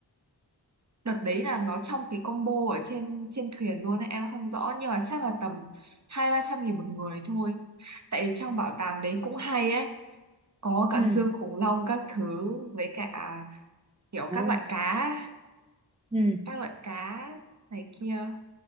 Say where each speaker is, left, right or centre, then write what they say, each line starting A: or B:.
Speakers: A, on the right (about 45°); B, on the right (about 15°).
A: Đợt đấy là nó trong cái combo ở trên trên thuyền luôn ấy em không rõ nhưng mà chắc là tầm hai ba trăm nghìn một người thôi tại vì trong bảo tàng đấy cũng hay ấy có cả
B: ừ
A: xương khủng long các thứ với cả à, kiểu
B: đâu
A: các loại cá
B: ừ
A: các loại cá này kia